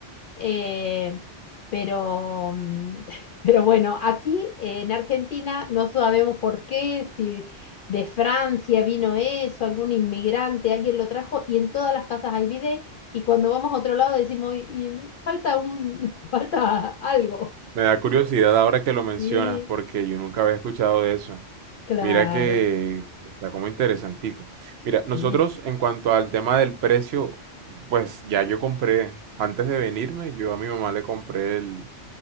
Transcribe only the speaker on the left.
eh, pero, mm, <laughs> pero bueno, aquí eh, en Argentina no sabemos por qué, si de Francia vino eso, algún inmigrante, alguien lo trajo y en todas las casas hay bidet. Y cuando vamos a otro lado decimos, y, y no- falta un, <laughs> falta algo.
Sí,
claro,
sí,